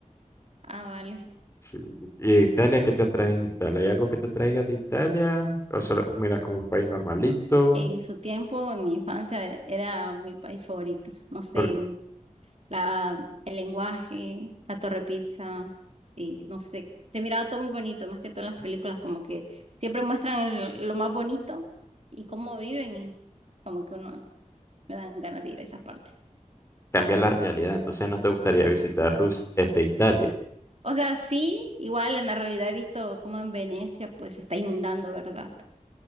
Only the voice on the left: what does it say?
Sí. ¿Y de Italia qué te atrae en Italia? ¿Hay algo que te traiga de Italia? ¿O solo miras como un país normalito?
Porque
cambia la realidad. Entonces no te gustaría visitar Rus, este, Italia.